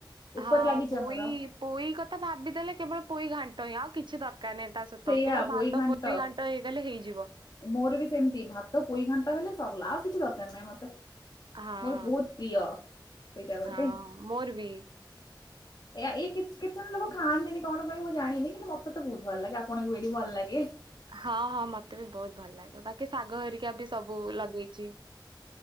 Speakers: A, on the left; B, on the right.
A: ଉପରେ
B: ହଁ
A: ଲାଗିଛି
B: ପୋଇ
A: ଆମର
B: ପୋଇ କଥା ଭାବିଦେଲେ କେବଳ ପୋଇ ଘାଣ୍ଟ ହିଁ। ଆଉ କିଛି ଦରକାର ନାଇଁ ତା ସହିତ।
A: ସେଇଆ
B: କେବଳ ଭାତ
A: ଘାଣ୍ଟ
B: ପୋଇ ଘା ଣ୍ଟ ହେଇଗଲେ ହେଇଯିବ।
A: ମୋର ବି ସେମିତି। ଭାତ ପୋଇ ଘାଣ୍ଟ ହେଲେ ସରିଲା ଆଉ କିଛି ଦରକାର ନାଇଁ ମତେ।
B: ହଁ
A: ମୋର ବହୁତ ପ୍ରିୟ ସେଇଟା ଗୋଟେ।
B: ହଁ ମୋର ବି।
A: ଏ ଇଏ କେତେ ଜଣ ଲୋକ ଖାଆନ୍ତିନି କଣ ପାଇଁ ମୁଁ ଜାଣିନି, କିନ୍ତୁ ମତେ ତ ବହୁତ ଭଲ ଲାଗେ ଆପଣଙ୍କୁ ବି ଏଠି ଭଲ ଲାଗେ।
B: ହଁ ହଁ ମତେ ବି ବହୁତ୍ ଭଲ ଲାଗେ। ବାକି ଶାଗ ହେରିକା ବି ସବୁ ଲଗେଇଚି।